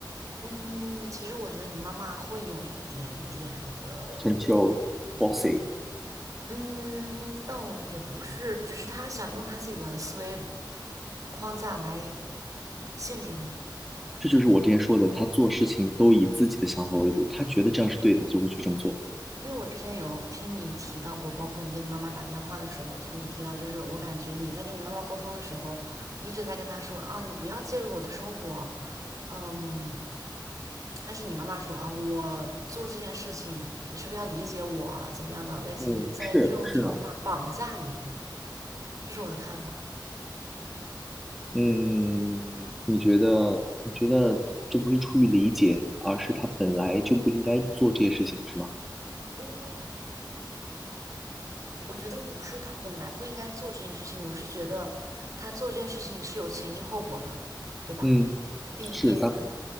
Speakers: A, on the right; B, in the centre.
A: 嗯，其实我觉得你妈妈会有一点点的，
B: Control bossy。
A: 嗯，倒也不是，只是她想用她自己的思维框架来限制你。
B: 这就是我之前说的，他做事情都以自己的想法为主，他觉得这样是对的，就会去这么做。
A: 因为我之前有听你提到过，包括你跟你妈妈打电话的时候，我听你提到，就是我感觉你在跟你妈妈沟通的时候，你一直在跟她说啊，你不要介入我的生活，嗯，但是你妈妈说啊，我做这件事情，你是不是要理解我啊怎么样的，类似于在用这种话绑架你，
B: 嗯，是是啊，
A: 这是我的看法。
B: 嗯，你觉得你觉得这不是出于理解，而是他本来就不应该做这些事情，是吗？
A: 嗯，我觉得不是，他本来不应该做这件事情，我是觉得他做这件事情是有前因后果的，对吧？
B: 嗯，
A: 第一，
B: 是，当然